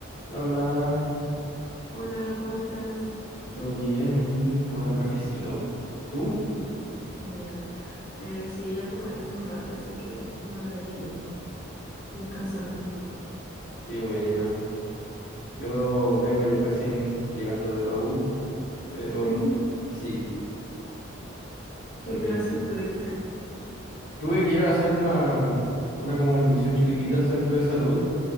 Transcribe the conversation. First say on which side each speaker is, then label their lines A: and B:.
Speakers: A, on the left; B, on the left.
A: Bla, bla,
B: Hola, ¿cómo estás?
A: todo bien aquí, tomando cafecito. ¿Tú?
B: <laughs> Genial. Eh, sí, ya tomé hace un rato, así que ahora aquí descansando un poco.
A: Qué buena. Yo vengo lle- recién llegando de la U, pero
B: ¿Sí?
A: sí, estoy...
B: ¿Qué clases tuviste?
A: Tuve que ir a hacer una, mm, una como inducción chiquitita al centro de salud